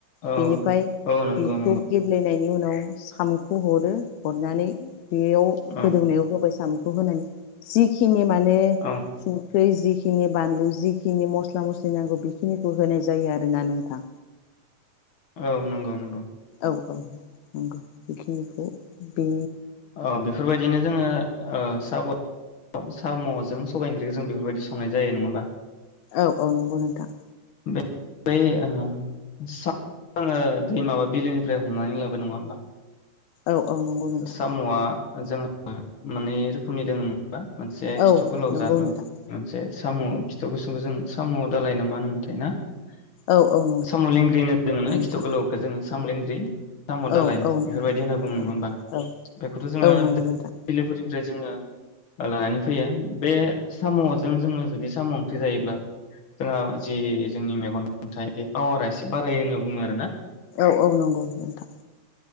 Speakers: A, on the left; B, on the left.
A: औ
B: बेनिफ्राय
A: औ नंगौ
B: बिखौ
A: नंगौ
B: गेब्ले। नायनि उनाव सामखौ हरो हरनानै। बेयाव
A: औ
B: गोदौनायाव होबाय सामु होनानै जिखनि माने ने
A: औ
B: संख्रै जि खिनि बानलु जिखिनि मसला मसलि नांगौ बि खिनिखौ होनाय जायो आरोना नोंथां।
A: औ नंगौ नंगौ।
B: औ औ नंगौ बेखिनिखौ बे
A: ओ बेफोरबायदिनो जोङो ओ साम' साम' जों सबाइ ओंख्रिखौ जों बेफोरबायदि संनाय जायो नङा होमा।
B: औ औ नंगौ नोंथां।
A: <unintelligible> मा बा बिलोनिफ्राय हमनानै लाबोयो नङा होमबा।
B: औ औ नंगौ नोंथां
A: ओ साम'आ जोंहा मोनै रोखोमनि दोङो। मोनसे
B: औ
A: खिथु गोलाव
B: नंगौ
A: जाद मोनसे
B: नोंथां
A: साम' खिथु गुसुंखौ जों साम' दालाय ना माहोनोमोनथाय? <unintelligible>
B: औ औ नंगौ
A: साम' लिंग्रि होनो जोंङो ना
B: नोंथां
A: खिथु गोलावखौ जोङो। साम' लिंग्रि। साम' दालाय
B: औ औ
A: बेफोरबायदि
B: नंगौ नंगौ
A: बुङो नङा होनमा
B: औ
A: बेखौथ जोङो
B: औ नंगौ नोंथां
A: बिलोफोरथिं ओमफ्राय जोङो लानानै फैयो बे साम'जों जोङो जुदि साम ओंख्रि जायोब्ला जोंहा जि जोंनि मेगननि नुथाइ बे पावारा एसे बारायो होनना बुङो आरो ना।
B: औ औ नंगौ नोंथां।